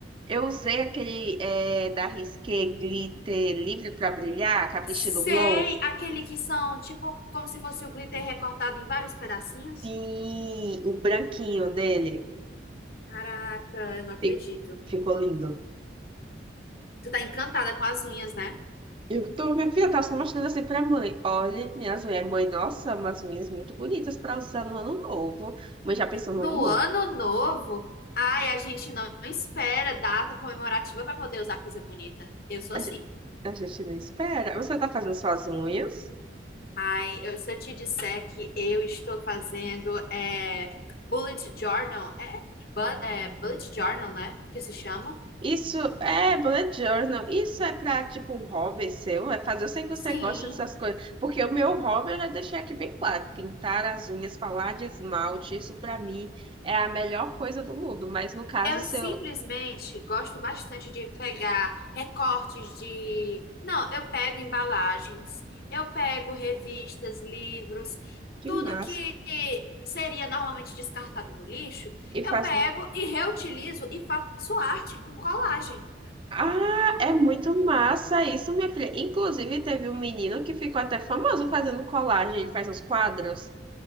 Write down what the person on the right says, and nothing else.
eu usei aquele é, da Risqué glitter livre pra brilhar, capricho
do Glow,
sim, o branquinho dele.
Fi- Ficou lindo.
Eu tô, minha filha, tá só mostrando assim pra mãe. Olha, minhas unhas. Mãe, nossa, umas unhas muito bonitas pra usar no ano novo. Mãe já pensou no
ano novo.
A
gente, a gente não espera. Você tá fazendo suas unhas?
Isso é bullet journal. Isso é pra, tipo, um hobby seu. É fazer. Eu sei que você
gosta dessas coisas. Porque o meu hobby, eu já deixei aqui bem claro. Pintar as unhas, falar de esmalte. Isso pra mim é a melhor coisa do mundo. Mas no caso
seu,
que
massa.
E
faz
Ah, é muito massa isso, minha filha. Inclusive, teve um menino que ficou até famoso fazendo colagem. Ele faz uns quadros.